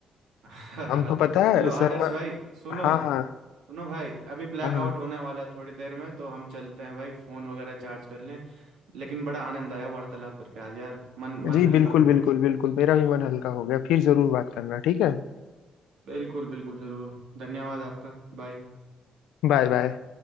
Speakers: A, on the right; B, on the left.
A: <laughs>
B: हम तो पता है
A: चलो आदर्श
B: शर्मा
A: भाई सुनो
B: हाँ हाँ
A: सुनो भाई अभी ब्लैकआउट
B: हाँ हाँ
A: होने वाला है थोड़ी देर में तो हम चलते हैं भाई फोन वगैरह चार्ज कर लें लेकिन बड़ा आनंद आया वार्तालाप करके आज यार मन मन
B: जी
A: हल्का
B: बिल्कुल
A: हो गया
B: बिल्कुल बिल्कुल मेरा भी मन हल्का हो गया फिर जरूर बात करना ठीक है
A: बिल्कुल बिल्कुल जरूर धन्यवाद आपका बाय
B: Bye bye